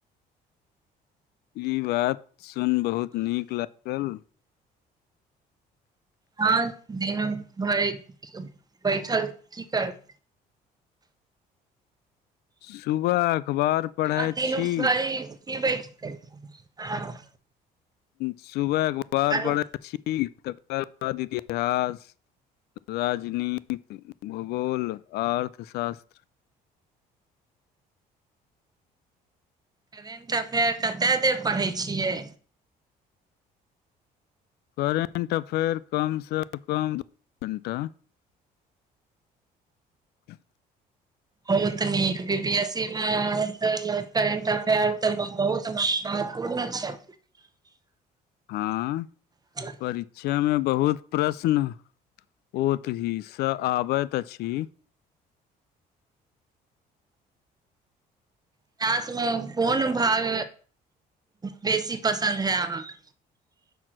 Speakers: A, on the left; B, on the right.
A: ई बात सुन बहुत नीक लागल।
B: हँ दिन भर बैठल की करबै।
A: सुबह अखबार पढ़ै
B: हँ तीनू
A: छी
B: घरी के बैैठतै ह।
A: सुबह अखबार
B: आरो
A: पढै छी, तकर बाद इतिहास। राजनीति, भूगोल, अर्थशास्त्र।
B: करेंट अफेयर कते देर पढ़ै छियै।
A: करेंट अफेयर कम-सँ-कम दू घण्टा। ह।
B: बहुत नीक, बी पी एस सी मे, करेंट अफेयर तऽ बहुत सब महत्वपूर्ण छै।
A: हँ।
B: ह।
A: परीक्षा मे बहुत प्रश्न ओतहि सँ आबैत अछि।
B: इतिहास मे कोन भाग बेसी पसन्द है अहाँके?